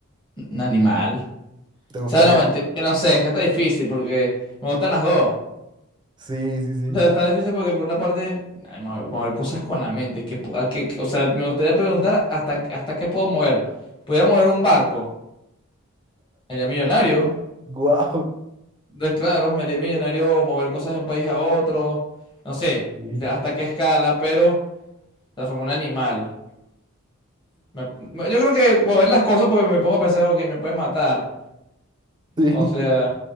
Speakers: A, on the left; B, on the right.
A: un animal.
B: ¿Te
A: O
B: gustaría?
A: sea, no, mentira, que no sé, es que está difícil porque me gustan las dos.
B: Sí, sí, sí.
A: O sea, está difícil porque por una parte, ay, mo- mover cosas con la mente. ¿qué pu- a qué- qué- o sea, me gustaría preguntar hasta, hasta qué puedo mover. ¿Pudiera mover un barco? Sería millonario.
B: Guau.
A: de- claro, me haría millonario mover cosas de un país a otro, no sé
B: Sí,
A: que- hasta qué escala, pero transformar un animal. Me- me- yo creo que mover las cosas porque me pongo a pensar, ok, me pueden matar,
B: sí,
A: o sea,